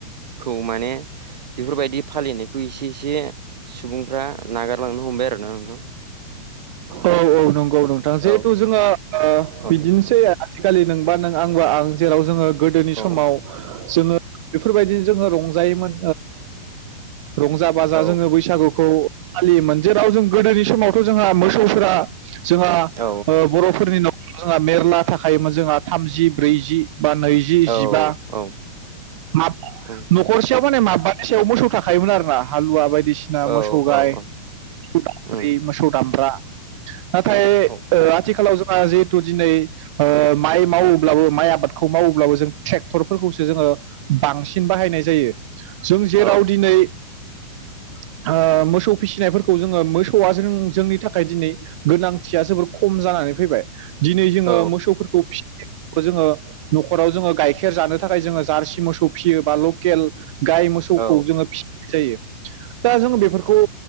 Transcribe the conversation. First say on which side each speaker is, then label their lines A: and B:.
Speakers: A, on the right; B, on the right.
A: खौ माने बेफोरबादि फालिनायखौ एसे। एसे सुबुंफ्रा नागारलांनो हमबाय आरो ना नोंथां।
B: औ औ नंगौ नोंथां
A: औ
B: जिहेथु जोङो
A: औ
B: बिदिनोसै। आजिखालि नोंबा नों आं बा आं जेराव जोङो गोदोनि
A: औ
B: समावो जोङो बेफोरबायदिनो जोङो रंजायोमोन रंजा ओमबा
A: औ
B: जा जोङो बैसागुखौ फालियोमोन जेराव जों गोदोनि समावथ' जोङा मोसौफोरा जोंहा
A: औ
B: ओ बर'फोरनि नखरा मेरला थाखायोमोन जोंहा थामजि ब्रैजि बा नैजि
A: औ
B: जिबा
A: औ
B: मा
A: उम
B: <unintelligible> नखरसेयाव माने माबा नखरसेयाव मोसौ थाखायोमोन आरोना हालुवा बायदिसिना
A: औ
B: मोसौ
A: औ
B: गाय
A: औ
B: <unintelligible>
A: उम
B: मोसौ दामब्रा नाथाय
A: औ
B: ओ आथिखालाव जोङा जि थ' दिनै ओ माइ मावोब्लाबो माइ आबादखौ मावोब्लाबो जों ट्रेक्टरफोरखौसो जोङो बांसिन बाहायनाय जायो। जों जेराव
A: औ
B: दिनै ओ मोसौ फिसिनायफोरखौ जोङो मोसौआ जों जोंनि थाखाय दिनै गोनांथिया जोबोर खम जानानै फैबाय दिनै जोङो
A: औ
B: मोसौफोरखौ फिसिनायखौबो जोङो नखराव जोङो गाइखेर जानो थाखाय जोङो जारसि मोसौ फिसियो बा लकेल गाय मो मोसौखौ
A: औ
B: जोङो फिसिनाय जायो दा जोङो बेफोरखौ